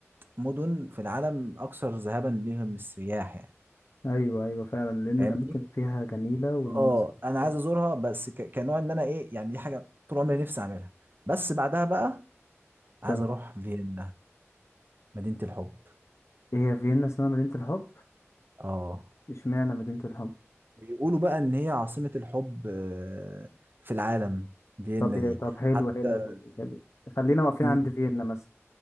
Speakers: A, on the right (about 45°); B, on the left (about 65°).
A: مدن في العالم اكثر ذهابا ليهم السياح يعني
B: ايوه ايوه فعلا لان
A: فاهمني
B: الاماكن فيها جميلة والمناظر
A: اه
B: فيها
A: انا
B: حلوة
A: عايز ازورها بس ك- كنوع ان انا ايه يعني دي حاجه طول عمري نفسي اعملها بس بعدها بقى عايز
B: تمام
A: اروح فيينا مدينه الحب
B: هي فيينا اسمها مدينة الحب
A: اه
B: اشمعنى مدينة الحب
A: بيقولوا بقى ان هي عاصمة الحب آه، في العالم فيينا
B: طب يا-
A: دي
B: طب حلو
A: حتى
B: حلو حلو حلو خلينا واقفين
A: مم،
B: عند فيينا مثلا